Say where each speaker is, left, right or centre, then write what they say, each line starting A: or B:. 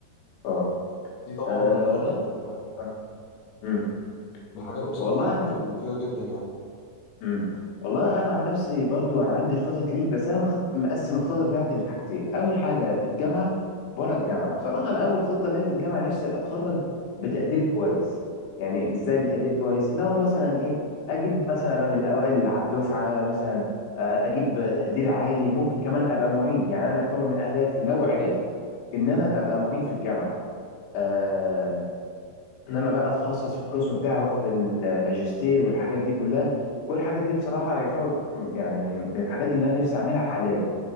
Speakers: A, on the left; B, on the left.
A: اه
B: دي طبعا
A: آه،
B: من الحاجات
A: والله
B: ال-
A: آه. مم.
B: من الحاجات
A: والله
B: بصراحه
A: انا
B: المفيده جدا يعني
A: امم والله انا عن نفسي برضو انا عندي خطط ليك بس انا مخط... مقسم الخطط بتاعتي لحاجتين اول حاجه في الجامعه بره الجامعه بصراحه انا اول خطه ليا في الجامعه نفسي اتخرج بتقدير كويس يعني ازاي بتقدير كويس اللي هو مثلا ايه اجيب مثلا ابقى من الاوائل اللي على الدفعه مثلا آه، اجيب تقدير عالي ممكن كمان ابقى معيد يعني انا يعتبر من اهدافي لو عرفت ان انا ابقى معيد في الجامعه آه، ان انا بقى اتخصص في القسم بتاعي واخد الماجستير والحاجات دي كلها كل الحاجات دي بصراحه يعتبر م- يعني من الحاجات اللي انا نفسي اعملها حاليا